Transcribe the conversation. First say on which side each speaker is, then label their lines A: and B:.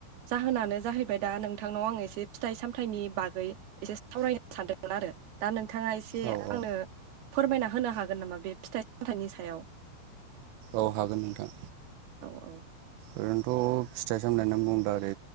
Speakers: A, on the right (about 60°); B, on the right (about 85°).
A: जाहोनानो जाहैबाय दा नोंथांनाव आं एसे फिथाइ सामथाइनि बागै एसे सावरायनो सानदोंमोन आरो दा नोंथाङा एसे
B: औ औ
A: आंनो फोरमायना होनो हागोन नामा बे फिथाइ सामथाइनि सायाव?
B: औ हागोन नोंथां।
A: औ औ।
B: ओरैनोथ' फिथाइ सामथाय होननानै बुङोब्ला ओरै